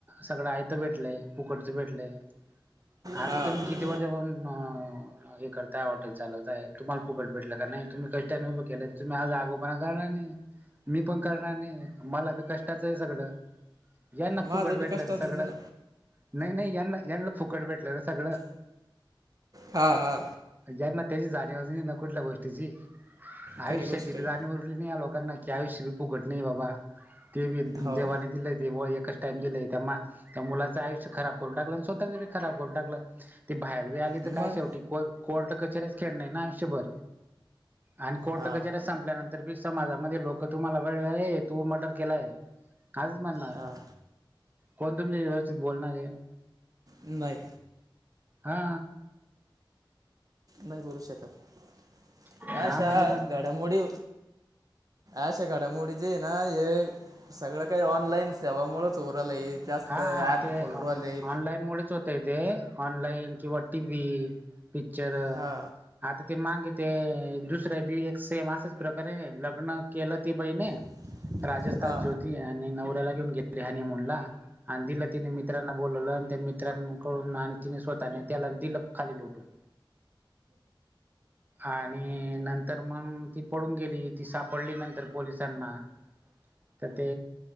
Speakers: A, on the right; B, on the right.
A: सगळं आयतं भेटलंय फुकटचं भेटलंय. आता
B: हा
A: तुम्ही किती वर्षापण हे करताय हॉटल चालवताय तुम्हाला पुुकट भेट का नाही तुम्ही क केले तुम् आज <unintelligible> <unintelligible> पण करणार नाही मी पण करणार नाही मला बी कष्टाचं आहे सगळं. यांना
B: माझं
A: फुकट भेटलं
B: बी कष्टाचं
A: ना सगळं
B: दिन
A: नाही नाही यांना यांना फुकट भेटलं सगळं.
B: हा हा.
A: ज्यांना त्याची जाणीवच नाही कुठल्या गोष्टीची आयुष्याची
B: खरी गोष्ट
A: बी
B: आहे
A: जाणीव उरली नाही लोकांना की आयुष्य बी फुकट नाही बाबा ते बी
B: हो
A: देवा दिले एका त्या त्या मुलाचं आयुष्य खराब करून टाकलं आणि स्वतःची बी खराब करून टाकलं ती बाहेर बी आली
B: मग
A: तर काय शेवटी को-कोर्ट कचेऱ्याचं खेळणे ना आयुष्यभर. आणि कोर्ट
B: हा
A: कचेऱ्या संपल्यानंतर बी समाजामध्ये लोकं तुम्हाला <unintelligible> तु मर्डर केलाय. आजच म्हणणार
B: हा
A: कोण तुमच्या व्यवस्थित बोलणार आहे?
B: नाही.
A: हा.
B: नाही बोलू शकत
A: हा
B: अशा
A: म्हणजे मग
B: घडामोडी अशा घडामोडी जे आहे ना हे सगळं काही ऑनलाईन सेवामुळचं होऊ राहिलं हे जास्त
A: हा
B: ॲप
A: हा ते
B: खोलू
A: ऑ-ऑ-ऑनलाईन
B: आले
A: मुळेच होता य ते ऑनलाईन किंवा टीव्ही, पिक्चर
B: हा
A: आता ते मागे ते दुसऱ्या बी एक सेम असंच प्रकरण आहे लग्न केलं ते बाईने
B: <inaudible>
A: राजस्थानची
B: हा
A: होती आणि नवऱ्याला घेऊन गेली हनीमुनला आणि दिला तिने मित्रांना बोलवलं आणि त्या मित्रांकडून आणि तिने स्वतःने त्याला दिलं खाली लोटून आणि नंतर मग ती पळुन गेली ती सापडली नंतर पोलिसांना तर ते